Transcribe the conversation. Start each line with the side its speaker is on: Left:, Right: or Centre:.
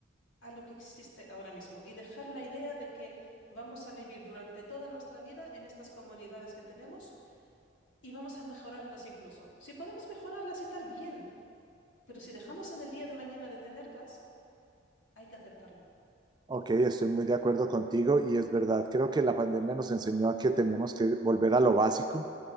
Left: a lo que existe ahora mismo y dejar la idea de que vamos a vivir durante toda nuestra vida en estas comunidades que tenemos y vamos a mejorarlas incluso. Si podemos mejorarlas y tal, bien, pero si dejamos en el día de mañana de tenerlas, hay que aceptarlo.
Right: Ok, estoy muy de acuerdo contigo y es verdad, creo que la pandemia nos enseñó a que teníamos que volver a lo básico.